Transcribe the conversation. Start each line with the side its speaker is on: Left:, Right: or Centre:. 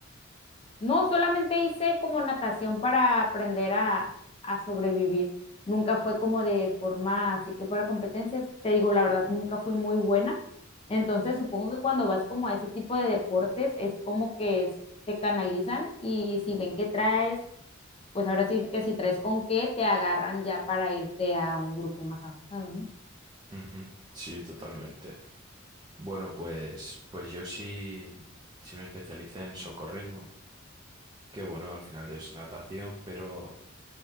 Left: No, solamente hice como natación para aprender a, a sobrevivir. Nunca fue como de forma, así que fuera competencias, te digo la verdad,
Right: Sí.
Left: nunca fui muy buena. Entonces, supongo que cuando vas como a ese tipo de deportes, es como que es- te canalizan y si ven que traes, pues ahora sí que si traes con qué, te agarran ya para irte a un grupo más avanzado, ¿no?
Right: Ujú, Sí, totalmente. Bueno, pues, pues yo sí, sí me especialicé en socorrismo. que bueno, al final es natación, pero